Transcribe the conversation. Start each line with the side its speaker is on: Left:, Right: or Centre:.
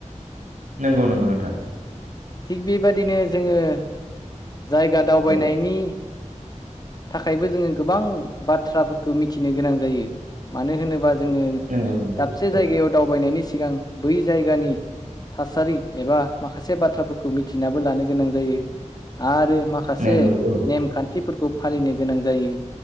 Right: नंगौ नंगौ नोंथां।
Left: थिग बेबादिनो जोङो जायगा दावबायनायनि
Right: औ
Left: थाखायबो जोङो गोबां बाथ्राफोरखौ मिथिनो गोनां जायो मानो होनोबा जों जोङो
Right: नंगौ नंगौ
Left: दाबसे
Right: औ
Left: जायगायाव दावबायनायनि सिगां बै जायगानि थासारि एबा माखासे बाथ्राफोरखौ मिथिनाबो लानो गोनां जायो। आरो माखासे
Right: नंगौ औ
Left: नेमखान्थिफोरखौ फालिनो गोनां जायो।